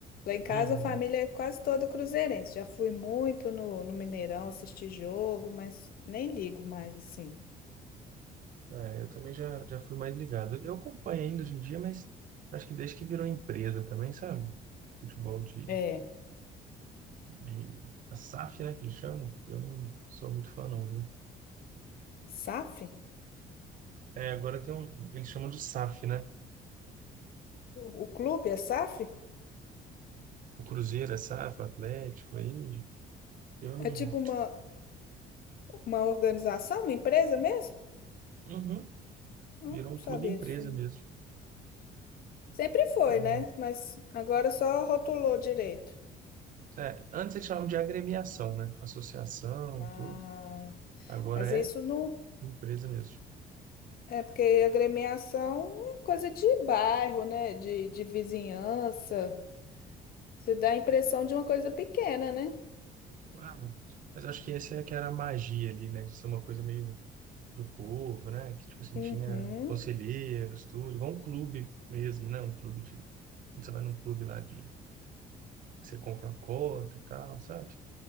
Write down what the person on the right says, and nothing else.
Uhum.
É, eu também já, já fui mais ligado. Eu acompanho ainda hoje em dia, mas acho que desde que virou empresa também, sabe? Futebol de,
de a SAF, né, que eles chamam. Eu não sou muito fã, não, viu?
É, agora tem um, eles chamam de SAF, né?
O Cruzeiro é SAF, o Atlético, aí eu não.
Uhum.
Virou um
clube empresa
mesmo.
Uhum.
É, antes eles chamavam de agremiação, né? Associação,
tudo. Agora
é
empresa mesmo.
Uau. Mas acho que esse é que era a magia ali, né? De ser uma coisa meio do povo, né? Que tipo assim,
tinha conselheiros, tudo. Igual um clube mesmo, né? Um clube de. Quando você vai num clube lá de. que Você compra uma cota e tal, sabe?